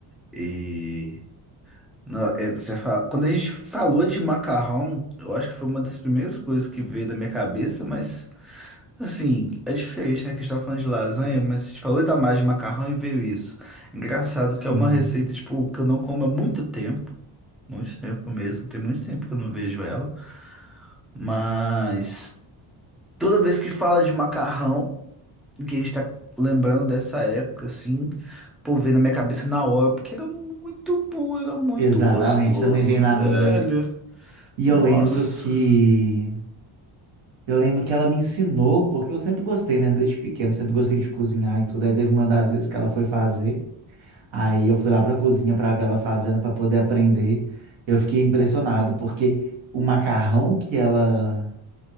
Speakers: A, in the centre; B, on the right.
A: E. no- é, você fala- Quando a gente falou de macarrão, eu acho que foi uma das primeiras coisas que veio da minha cabeça, mas. Assim, é diferente, né? Que a gente tava falando de lasanha, mas a gente falou da mais de macarrão e veio isso. Engraçado
B: Sim,
A: que é uma receita, tipo, que eu não como há muito tempo. Muito tempo mesmo. Tem muito tempo que eu não vejo ela. Mas toda vez que fala de macarrão, que a gente tá lembrando dessa época, assim, pô, vem na minha cabeça na hora, porque era muito bom, era muito
B: exatamente.
A: gostoso,
B: Também vem na
A: velho.
B: minha. E
A: Nossa.
B: eu lembro que eu lembro que ela me ensinou, porque eu sempre gostei, né? Desde pequeno, sempre gostei de cozinhar e tudo. Aí teve uma das vezes que ela foi fazer. Aí eu fui lá para a cozinha para ver ela fazendo para poder aprender. Eu fiquei impressionado porque o macarrão que ela,